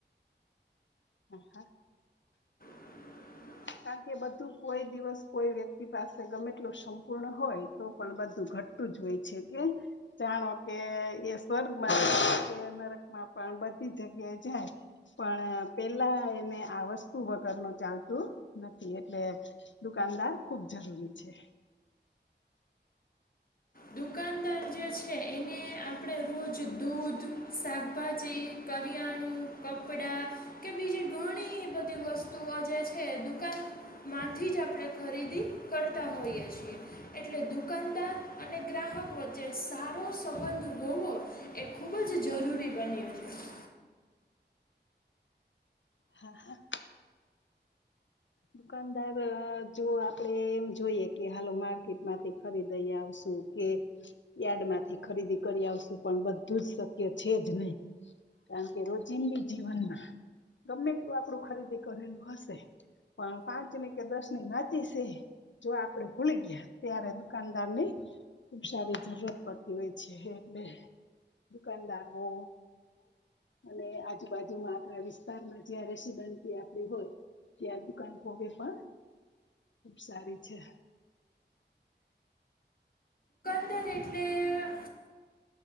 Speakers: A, on the left; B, on the left.
A: હા હા
B: <inaudible>
A: કારણ કે બધું કોઈ દિવસ કોઈ વ્યક્તિ પાસે ગમેટલું સંપૂર્ણ હોય તો પણ બધું ઘટતું જ હોય છે કે જાણો કે એ સ્વર્ગમાં નરકમાં પણ બધી જગ્યાએ જાય પણ પેલા એને આ વસ્તુ વગર નું ચાલતું નથી એટલે દુકાનદાર ખુબ જ જરૂરી છે
B: દુકાનદાર જે છે એને આ આપણે રોજ દૂધ શાકભાજી કરિયાણું કપડાં કે બીજું ઘણી બધી વસ્તુ આ જે છે દુકાન માંથી જ આપણે ખરીદી કરતા હોઈ છી એટલે દુકાનદાર અને ગ્રાહક વચ્ચે સારો સંબંધ હોવો એ ખૂબ જ જરૂરી બન્યું છે <inaudible>
A: હા હા દુકાનદાર જો આપડે એમ જોઈએ કે હાલો માર્કેટ માંથી ખરીદઈ આવશુ કે યાર્ડ માંથી ખરીદી કરી આવશું પણ બધું જ શક્ય છે જ નહી કારણ કે રોજિંદી જીવનમાં ગમે તે આપડું ખરીદી કરેલું હશે પણ પાંચ ની કે દસ ની વાચી છે જો આપડે ભૂલી ગયા ત્યારે દુકાનદાર ની ખુબ સારી જરૂરત પડતી હોય છે બે દુકાનદાર હો અને આજુબાજુમાં આપણા વિસ્તારમાં જ્યા રસી આપ હોય દુકાન કોોબી પણ ખુબ સારી છે
B: ર એટલે